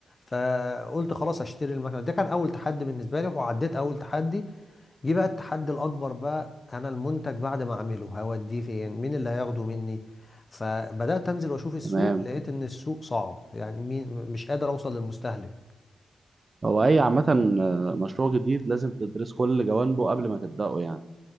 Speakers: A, on the left; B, on the right.
A: فقلت خلاص هشتري المكنه ده كان اول تحدي بالنسبه لي وعديت اول تحدي جه بقى التحدي الأكبر بقى أنا المنتج بعد ما أعمله هوديه فين مين اللي هياخده مني فبدأت أنزل وأشوف السوق
B: تمام
A: لقيت إن السوق صعب يعني مين مش قادر أوصل للمستهلك
B: هو أي عامة آه، مشروع جديد لازم تدرس كل جوانبه قبل ما تبدأه يعني